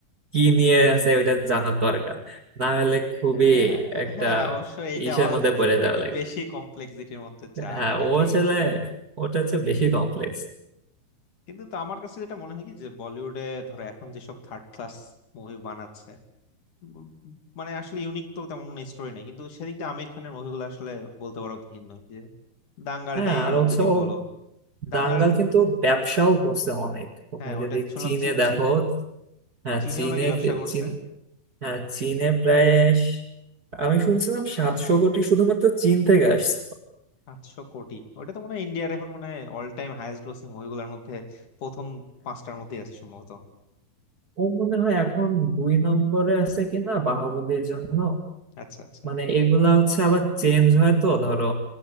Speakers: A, on the right (about 30°); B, on the left (about 55°).
A: কি নিয়ে আছে ওইটা জানার দরকার না হলে খুবই
B: আহ,
A: একটা
B: হ্যাঁ অবশ্য এটা
A: ইসের
B: অ-
A: মধ্যে পড়ে যাওয়া
B: একটু
A: লাগে
B: বেশি কমপ্লেক্সিটির মধ্যে যায়
A: হ্যাঁ
B: এটা
A: ও
B: ঠিক
A: আসলে
B: আছে
A: ওটা হচ্ছে বেশি কমপ্লেক্স
B: কিন্তু তো আমার কাছে যেটা মনে হয় কি যে বলিউডে ধরো এখন যেসব থার্ড ক্লাস মুভি বানাচ্ছে উম, মানে আসলে ইউনিক তো তেমন কোনো স্টোরি নাই কিন্তু সেদিক দিয়ে আমির খানের মুভিগুলো আসলে বলতে পারো ভিন্ন যে দাঙ্গালটাই
A: হ্যাঁ আর হচ্ছে
B: যদি
A: ও
B: বলো দাঙ্গাল
A: দাঙ্গাল কিন্তু ব্যবসাও করছে অনেক তুমি
B: হ্যাঁ ওটা
A: যদি
B: শুনলাম
A: চীনে
B: চি
A: দেখো
B: চি
A: হ্যাঁ
B: চীনেও
A: চীনে
B: নাকি ব্যবসা
A: কি-
B: করছে
A: চীন হ্যাঁ চীনে প্রায় স- আমি শুনছিলাম সাতশো কোটি শুধুমাত্র চীন থেকে আসছে
B: আটশো কোটি ওটা তো মনে হয় ইন্ডিয়ার এখন মানে অল টাইম হাইয়েস্ট গ্রোসিং মুভিগুলোর মধ্যে প্রথম পাঁচটার মধ্যেই আছে সম্ভবত
A: ও মনে হয় এখন দুই নম্বরে আছে কিনা বাহুবলীর জন্য
B: আচ্ছা আচ্ছা
A: মানে এগুলা হচ্ছে আবার চেঞ্জ হয় তো ধরো